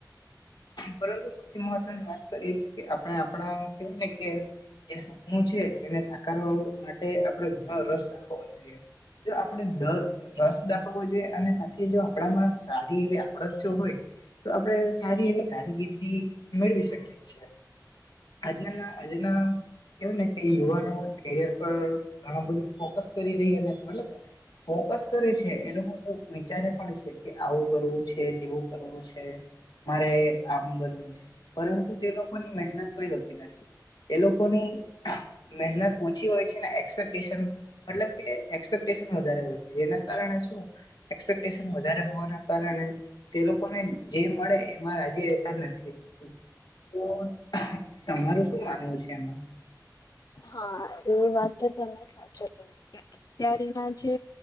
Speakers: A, on the left; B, on the left.
A: પરંતુ સૌથી મહત્વની વાત તો એ છે કે આપણે આપણા કેય ને કે જે સપનું છે એને સાકારવા માટે આપણે ઘણો રસ દાખવો જોઈએ. જો આપણે રસ દાખવવો જોઈએ અને સાથે જો આપણામાં સારી એવી આવડત જો હોય તો આપણે સારી એવી કારકિર્દી મેળવી શકીએ છીએ. આજનાના આજના કેવાય ને કે યુવાનો કેરિયર પર ઘણું બધું ફોકસ કરી રહી અને મતલબ ફોકસ કરે છે એ લોકો વિચારે પણ છે કે આવું કરવું છે તેવું કરવું છે. મારે આમ બનવું છે પરંતુ તે લોકોની મહેનત કઈ હોતી નથી એ લોકોની મહેનત ઓછી હોય છે ને એક્સપેક્ટેશન મતલબ કે એક્સપેક્ટેશન વધારે હોય છે જેના કારણે શું એક્સપેક્ટેશન વધારે હોવાના કારણે તે લોકોને જે મળે એમાં રાજી રહેેતા નથી. તો તમારું શું માનવું છે એમાં
B: હા એ વાત તો તમે સાચો કીધી અત્યારે ના જે